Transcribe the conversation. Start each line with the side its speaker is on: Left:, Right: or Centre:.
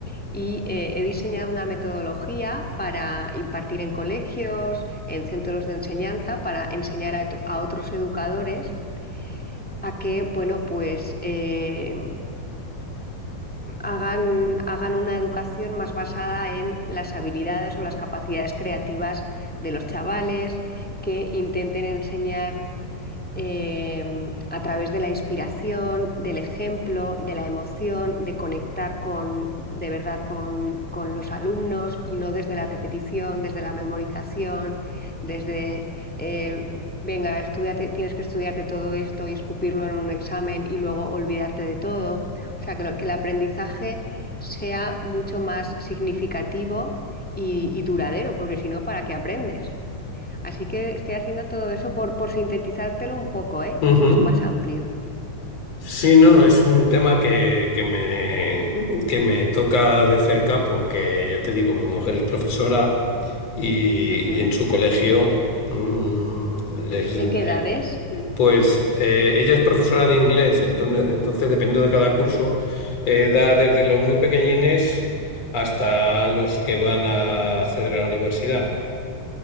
Centre: y eh, he diseñado una metodología para impartir en colegios, en centros de enseñanza, para enseñar a, to- a otros educadores a que, bueno, pues eh, hagan, hagan una educación más basada en las habilidades o las capacidades creativas de los chavales, que intenten enseñar eh, a través de la inspiración, del ejemplo, de la emoción, de conectar con, de verdad con, con los alumnos y no desde la repetición, desde la memorización, desde, eh, venga, estudiate, tienes que estudiarte todo esto y escupirlo en un examen y luego olvidarte de todo. O sea, que, lo, que el aprendizaje sea mucho más significativo y, y duradero, porque si no, ¿para qué aprendes? Así que estoy haciendo todo eso por, por sintetizártelo un poco, ¿eh? Que
Left: Ujú.
Centre: es mucho más amplio.
Left: Sí, no, es un tema que, que me, que me toca de cerca porque, ya te digo, mi mujer es profesora y,
Centre: Ujú.
Left: y en su colegio, mm, les,
Centre: ¿De qué edades?
Left: eh, pues eh, ella es profesora de inglés, entonces, entonces dependiendo de cada curso, eh, da desde los muy pequeñines hasta los que van a acceder a la universidad.